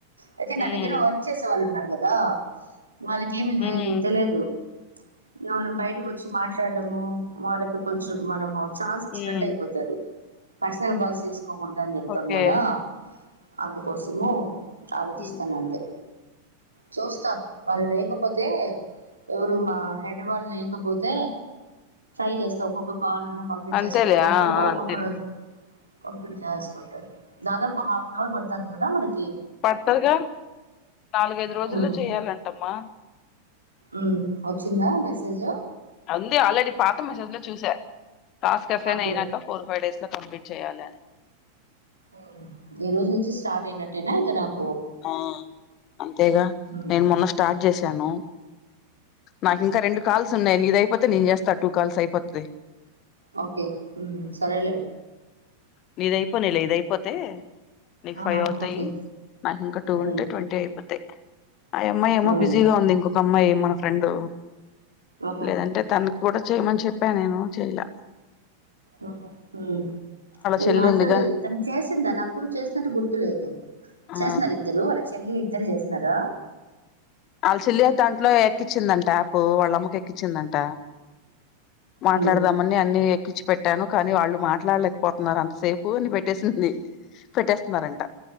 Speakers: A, on the right (about 80°); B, on the left (about 35°).
A: అయితే నా
B: ఉమ్
A: దగ్గర వర్క్ చేసే వాళ్ళు ఉన్నారుగా. దా వాళ్లకేమీవేల్
B: ఉమ్
A: తెలియదు ఇంగా మనం బయటకు వచ్చి మాట్లాడము, వాళ్లకు కొంచెం మనము ఛాన్స్ ఇచ్చినట్టు
B: ఉమ్
A: అయిపోతది. పర్సనల్స్ కాల్స్ చేసుకోకూడదు అని చెప్తాం
B: ఓకే
A: కదా. అందుకోసము ఆలోచిస్తాన
B: ఉమ్
A: అంతే చూస్తా వాళ్ళు లేకపోతే ఎవరు మా హెడ్ వాళ్ళు లేకపోతే. ట్రై చేస్తా ఒక్కొక్ కాల్లన్నా కంప్లీట్
B: అంతేలే
A: చేసుకో, ఒక్కొక్కరితో
B: ఆ ఆ
A: ఒక్కొక్కరోజు.
B: అంతేలే
A: కంప్లీట్ చేస్కుంటారు. దాదాపు హాఫ్ ఆన్ అవర్ పడ్తాంది గదా. మనక్
B: పడ్తదిగా నాలుగైదు రోజుల్లో
A: ఉమ్,
B: చేయాలంటమ్మా.
A: ఉమ్ వచ్చిందా? మెసేజ్
B: అంది ఆల్రెడీ పాత మెసేజ్ లో చూసా, టాస్క్ అసైన్
A: ఓకే
B: అయినాక ఫోర్, ఫైవ్ డేస్ లో కంప్లీట్ చెయ్యాలని
A: ఓ ఈరోజు నుంచి స్టార్ట్ అయినట్టేనా ఇంగ నాక్
B: ఆ అంతేగా,
A: ఉమ్.
B: నేను మొన్న స్టార్ట్ చేస్ సాను నాకు ఇంకా రెండు కాల్స్ ఉన్నాయి. నీది అయిపోతే నేను చేస్తా, టూ కాల్స్ అయిపోత్ది.
A: ఓకే ఉమ్ సరేలేే
B: నీది అయిపోనీలే, ఇది అయిపోతే నీకు
A: ఆహా
B: ఫైవ్ అవుతాయి.
A: ఓకే
B: నాకు ఇంకా టూ
A: ఉమ్
B: ఉంటే ట్వంటీ అయిపోతాయ్. ఆయ్ అమ్మాయి ఏమో
A: ఉమ్
B: బిజీగా ఉంది. ఇంకొక అమ్మాయి మన ఫ్రెండు
A: ఆహా
B: లేదంటే, తన్నీ కూడా చేయమని చెప్పా నేను చెయ్యలా.
A: ఆహ ఉహ్ నేను
B: చెల్లి
A: మాట్లాడలేద్లే
B: ఉందిగా
A: తను చేసిందా నాకు. చేసినట్టు గుర్తులేదు.
B: ఆ
A: చేసినారా ఇద్దరూ, వాళ్ళ చెల్లి ఇద్దరు చేసినారా.
B: వాళ్ల చెల్లి దాంట్లో ఎక్కించిందంట. యాప్ వాళ్ళ అమ్మకి ఎక్కించిందంట. మాట్లాడదామని
A: ఉమ్
B: అన్ని ఎక్కించ్ పెట్టాను కానీ వాళ్ళు మాట్లాడలేకపోతున్నార్, అంతసేపు అని పెట్టేసింది. పెట్టేస్తున్నారంట